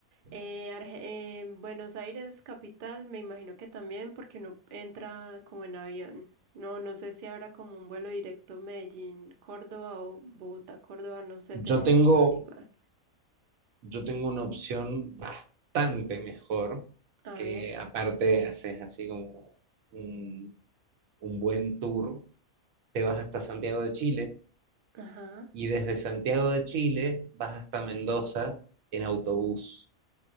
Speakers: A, on the right; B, on the right.
A: Eh, Arge- eh, Buenos Aires, capital, me imagino que también porque uno entra como en avión. No, no sé si habrá como un vuelo directo Medellín, Córdoba o Bogotá, Córdoba, no sé,
B: Yo
A: tendría
B: tengo,
A: que averiguar.
B: yo tengo una opción bastante mejor,
A: A
B: que
A: ver,
B: aparte haces así como un, un buen tour. te vas hasta Santiago de Chile
A: ajá.
B: y desde Santiago de Chile vas hasta Mendoza en autobús.